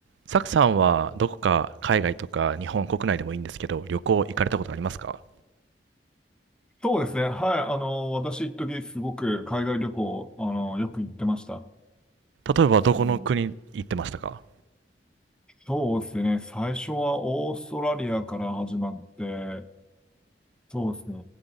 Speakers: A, on the right; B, in the centre.
A: サクさんはどこか海外とか日本国内でもいいんですけど、旅行行かれたことありますか
B: そうですね。はい。あの、私、一時すごく海外旅行、あの、よく行ってました。
A: 例えばどこの国行ってましたか
B: うんそうですね。最初はオーストラリアから始まって、そうですね。